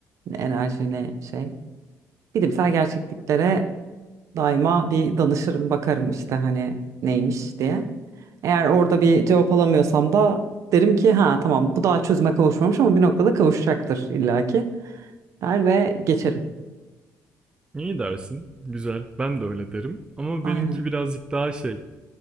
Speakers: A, on the right; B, on the right.
A: Ne enerji ne şey. Bilimsel gerçekliklere daima bir danışırım, bakarım işte hani neymiş diye. Eğer orada bir cevap alamıyorsam da derim ki ha tamam bu daha çözüme kavuşmamış ama bir noktada kavuşacaktır illaki der ve geçerim.
B: İyi dersin. Güzel. Ben de öyle derim. Ama
A: Aynen.
B: benimki birazcık daha şey.